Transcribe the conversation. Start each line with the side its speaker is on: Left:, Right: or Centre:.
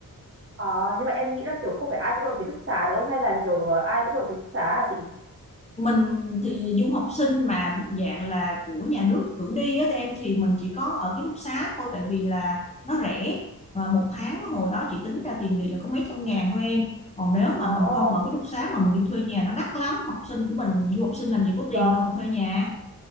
Right: Ờ, nhưng mà em nghĩ là kiểu không phải ai cũng được ký túc xá đúng không? Hay là kiểu ờ, ai cũng được ký túc xá hả chị?
Left: mình thì du học sinh mà thuộc dạng là của nhà nước cử đi á em thì mình chỉ có ở ký túc xá thôi tại vì là nó rẻ và một tháng hồi đó chị tính ra tiền Việt là có mấy trăm ngàn thôi em còn nếu
Right: Ồ,
Left: mà mình không ở ký túc xá mà mình đi thuê nhà nó đắt lắm học sinh của mình du học sinh làm gì có tiền
Right: vâng.
Left: đâu mà thuê nhà